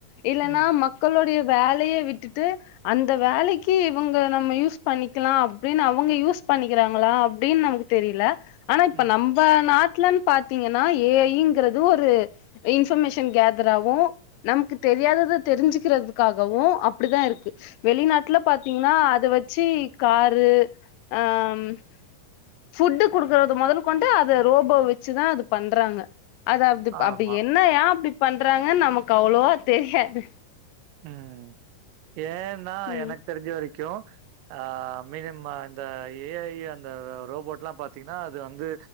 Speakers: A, on the left; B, on the right.
A: இல்லன்னா
B: ம்
A: மக்களுடைய வேலைய விட்டுட்டு அந்த வேலைக்கு இவுங்க நம்ம யூஸ் பண்ணிக்லா அப்டின் அவுங்க யூஸ் பண்ணிக்கிறாங்ளா அப்டின்னு நமக்கு தெரில ஆனா இப்ப
B: ம்
A: நம்ப நாட் ட்லன் பாத்தீங்கனா ஏ ஐ ங்ரது ஒரு இன்ஃபமேஷன் கேதர் ஆவூம் நமக்கு தெரியாதத தெரிஞ்சுக்கிறதுக்காகவு அப்டிதா இருக்கு வெளிநாட்ல பாத்தீங்ன்னா அத வச்சு காரு ஆ ம் ஃபுட் குடுக்குறத மொதல் கொண்டு அத ரோபோ வச்சுதா அது பண்றாங்க அது அப்
B: ஆமா
A: அப்டி என்ன என்னா ஏ அப்டி பண்றாங்கன்னு நமக்கு அவ்ளோவா தெரியாது
B: ம் ஏன்னா
A: ம்
B: எனக் தெரிஞ்ச வரைக் கும் ஆ மினிமா இந்த ஏ ஐ அந்த ரோபோட்ல்லா பாத் தீங்ன்னா அது வந்து